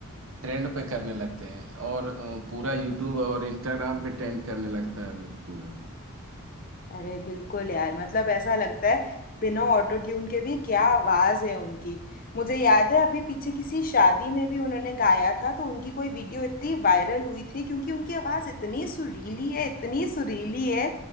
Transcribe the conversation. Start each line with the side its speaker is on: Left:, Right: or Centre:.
Right: ट्रेंड पे करने लगते हैं और अ, पूरा यूट्यूब और इंस्टाग्राम पे ट्रेंड करने लगता है वो पूरा
Left: अरे बिल्कुल यार मतलब ऐसा लगता है बिना ऑटो ट्यून के भी क्या आवाज है उनकी मुझे याद है अभी पीछे किसी शादी में भी उन्होंने गाया था तो उनकी कोई वीडियो इतनी वायरल हुई थी क्योंकि उनकी आवाज इतनी सुरीली है इतनी सुरीली है